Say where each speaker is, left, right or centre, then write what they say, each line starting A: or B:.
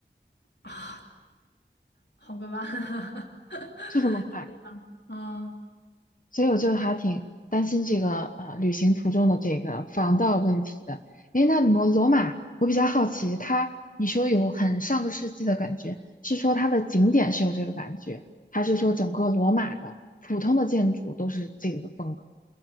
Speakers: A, on the left (about 65°); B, on the left (about 45°).
A: 啊，好个吧，<laughs>
B: 就这么快。
A: 嗯，
B: 所以我就还挺担心这个呃旅行途中的这个防盗问题的。诶，那罗罗马，我比较好奇，它你说有很上个世纪的感觉，是说它的景点是有这个感觉，还是说整个罗马的普通的建筑都是这个风格？